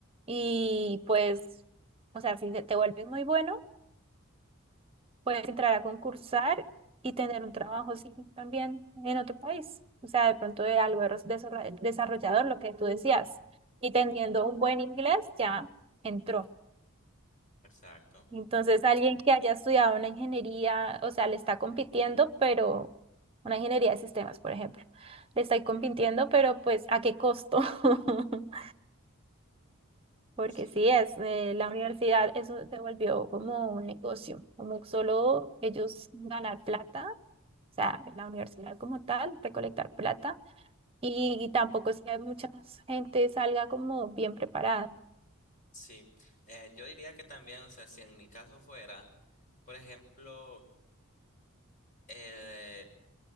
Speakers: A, on the right; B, on the left.
A: y pues, o sea, si te vuelves muy bueno, puedes entrar a concursar y tener un trabajo sí, también en otro país. O sea, de pronto de algo de desarro- desarrollador, lo que tú decías, y teniendo un buen inglés ya entró.
B: Exacto.
A: Entonces, alguien que haya estudiado una ingeniería, o sea, le está compitiendo, pero una ingeniería de sistemas, por ejemplo, le está compitiendo, pero pues ¿a qué costo? <laughs> Porque
B: Sí.
A: sí es, eh, la universidad eso se volvió como un negocio, como solo ellos ganar plata, o sea, la universidad como tal, recolectar plata, y, y tampoco es que mucha gente salga como bien preparada.
B: Sí. Eh, yo diría que también, o sea, si en mi caso fuera, por ejemplo, eh,